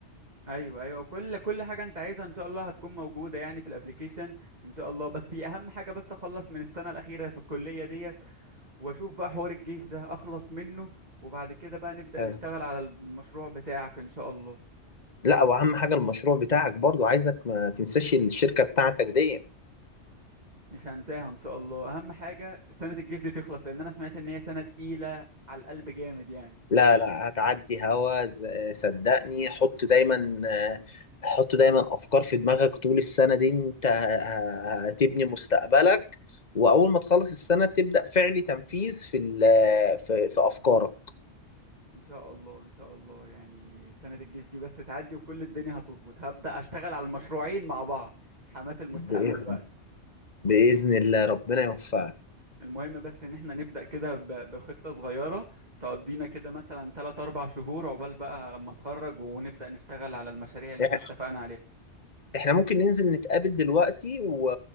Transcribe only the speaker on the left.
أيوة.
لا واهم حاجه المشروع بتاعك برضو عايزك ما تنساش الشركه بتاعتك دي
لا لا هتعدي هوا ز- صدقني حط دايما حط دايما افكار في دماغك طول السنه دي انت ه- ه- هتبني مستقبلك واول ما تخلص السنه تبدا فعلي تنفيذ في ال- في, في افكارك
باذن
باذن الله ربنا يوفقك
إح-
احنا ممكن ننزل نتقابل دلوقتي و...